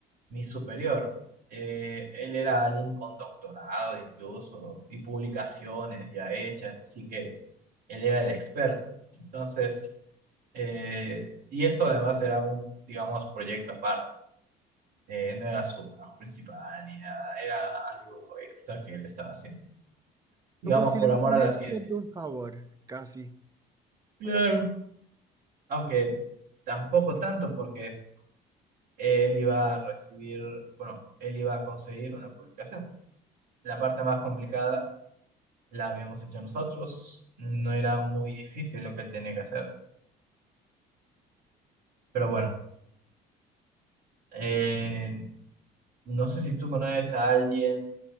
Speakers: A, on the right; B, on the right.
A: mi superior. Eh, él era alguien con doctorado incluso y publicaciones ya hechas, así que él era el experto. Entonces, eh, y esto además era un, digamos, proyecto aparte. Eh, no era su trabajo principal ni nada, era algo extra que él estaba haciendo, digamos,
B: Como si
A: por
B: les
A: amor
B: estuviera
A: a la ciencia.
B: haciendo un favor, casi.
A: Claro. Aunque tampoco tanto porque... él iba a recibir, bueno, él iba a conseguir una publicación. La parte más complicada la habíamos hecho nosotros, no era muy difícil lo que él tenía que hacer. Pero bueno, eh, no sé si tú conoces a alguien